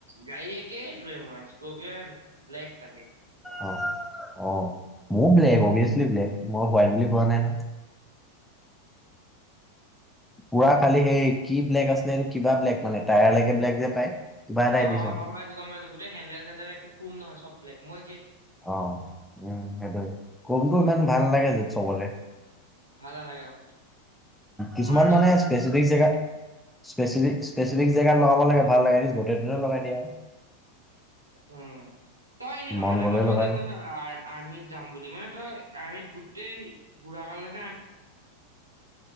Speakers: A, on the right (about 80°); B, in the centre.
A: গাড়ী একেটোৱে মই স্কৰ্পিঅ' এন ব্লেকটাকেই
B: অ', অ', মোৰ ব্লেক অভিয়াচলি ব্লেক, মই হোৱাইট বুলি কোৱা নাই নহয়। পুৰা খালি সেই কি ব্লেক আছিলে এইটো কিবা ব্লেক মানে টায়াৰ লেকে ব্লেক যে পায়। কিবা এটা
A: অ',
B: এডিচন
A: অ', গম পাইছো গম পাইছো গোটেই হেন্দেল চেন্দেল একো ক্ৰোম নহয় চব ব্লেক মোৰ একেই
B: অ', উম, সেইটোৱে ক্ৰমটো ইমান ভাল নালাগে যত চবৰে।
A: ভাল নালাগে আৰু।
B: কিছুমান
A: মাৰ্চিডিজত
B: মানে স্পেচিফিক
A: ভাল লাগে
B: জেগা স্পেফিক স্পেচিফিক জেগাত লগাব লাগে ভাল লাগে য'তে ত'তে লগাই দিয়ে আৰু।
A: উম। তই এনে কথা
B: মন
A: এটা
B: গ'লে
A: ক তই
B: লগাই
A: যে কৈছ আৰ্মিত যাম বুলি মানে তই আৰ্মিত গোটেই বুঢ়া কাললৈকে আমি